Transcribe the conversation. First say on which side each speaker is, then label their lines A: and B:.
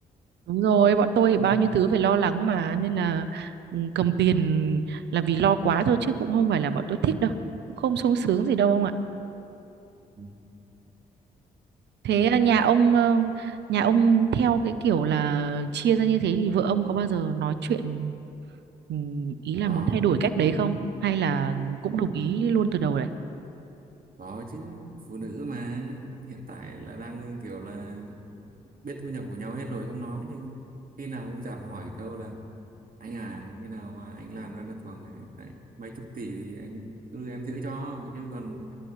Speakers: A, on the right (about 70°); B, on the right (about 50°).
A: đúng rồi bọn tôi thì
B: có
A: bao
B: không?
A: nhiêu thứ phải lo lắng mà nên là ừm, cầm tiền là vì lo quá thôi chứ cũng không phải là bọn tôi thích đâu cũng không sung sướng gì đâu ông ạ
B: Ừ,
A: thế
B: ừ,
A: à, nhà
B: dạ
A: ông ờ, nhà ông theo cái kiểu là chia ra như thế thì vợ ông có bao giờ nói chuyện ừm, ý là
B: có
A: muốn thay đổi cách
B: cũng
A: đấy không hay là cũng
B: cũng
A: đồng ý luôn từ đầu
B: có chứ phụ nữ mà hiện tại là đang kiểu là biết thu nhập của nhau hết rồi không nói nhưng khi nào cũng chả hỏi câu là anh à khi nào mà anh làm ra được khoảng ấy, đấy, mấy chục tỷ thì anh cứ em giữ cho chứ còn